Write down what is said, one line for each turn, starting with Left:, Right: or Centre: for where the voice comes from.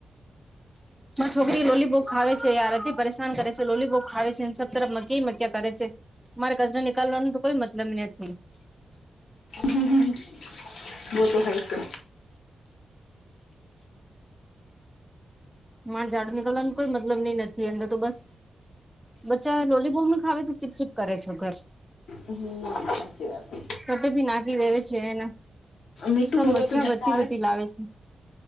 Centre: છોકરી લોલી ભો ખાવે છે આર થી પરેશાન કરે છે લોલીભોગ ખાવે છે સ તરફ મકી મક્યા કરે છે. મારે કચરા નીકાલવાનું તો કોઈ મતલબ નથી.
Left: હમ હમ. વોત તો હય છે.
Centre: મારે જાડું નીકળવાનું કોઈ મતલબ નઈ નથી એમને તો બસ બચ્ચા લોલીપોપ ન ખાવે છે ચીપચીપ કરે છો ઘર.
Left: હમ સાચી વાત હે.
Centre: કટે ભી નાખી દે છે, એને
Left: મીઠું હોવે
Centre: મખિયા
Left: તો જતા
Centre: વધતી
Left: આવે
Centre: વધતી લાવે છે.